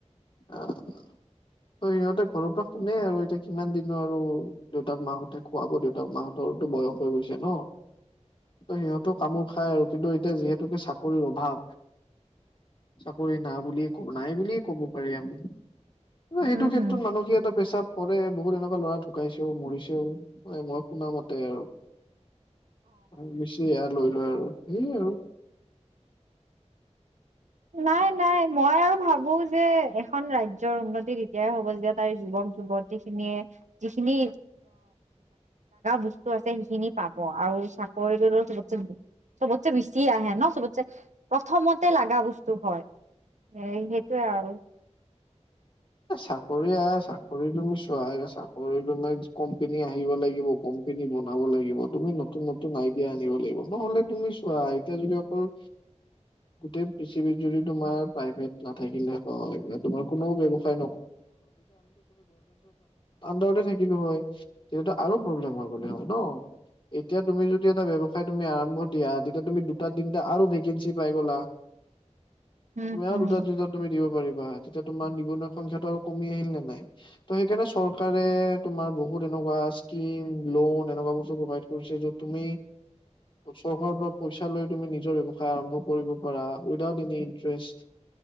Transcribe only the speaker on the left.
আহ ত' সিহঁতে ঘৰৰ পৰা শুনে আৰু এতিয়া কিমান দিনো আৰু দেউতাক মাঁহতে খুৱাব দেউতাক মাঁহতৰ টো বয়স হৈ গৈছে ন। সিহঁতেও কামোৰ খাই আৰু কিন্তু এতিয়া যিহেতুকে চাকৰিৰ অভাৱ। চাকৰি না বুলি ক নাই বুলিয়ে ক'ব পাৰি আমি। <unintelligible> সেইটো
ক্ষেত্ৰত
মানসিক কি এটা প্ৰেচাৰ পৰে। বহুত এনেকোৱা ল'ৰা ঢুকাইছেও মৰিছেও, মানে মই শুনা মতে আৰু। অ', বেছি এয়া লৈ লই আৰু সেই আৰু।
চাকৰি আহ চাকৰি তুমি চোৱা চাকৰি তোমাৰ কোম্পনী আহিব লাগিব পিনি বনাব লাগিব তুমি নতুন নতুন আইডিয়া আনিব লাগিব নহলে তুমি চোৱা এতিয়া যদি অকল
গোটেই পৃথিৱীত যদি তোমাৰ প্ৰাইভেট নাথাকিলে হয় বা তোমাৰ কোনো ব্যৱ হয় আম থাকিলো হয় তেতি আৰু প্ৰবলেম হয় ন। এতিয়া তুমি যদি এটা ব্যৱসায় তুমি আৰম্ভ দিয়া তেতিয়া তুমি দুটা তিনটা আৰু ভেকেঞ্চি পাই গ'লা
তুমি
আৰু দুটা তিনটা তুমি দিব পাৰিবা তেতিয়া তোমাৰ নিব ন সংখ্যাটো আৰু কমি আহিল নে নাই। ত সেইকাৰণে চৰকাৰে তোমাৰ বহুত এনেকোৱা ইস্কিম এনেকুৱা বস্ত প্ৰভাইট কৰিছে যে তুমি চৰকাৰৰ পৰা পইচা লৈ তুমি নিজৰ ব্যৱসায় আৰম্ভ কৰিব পাৰা উইদাউট এনি ইণ্টাৰেষ্ট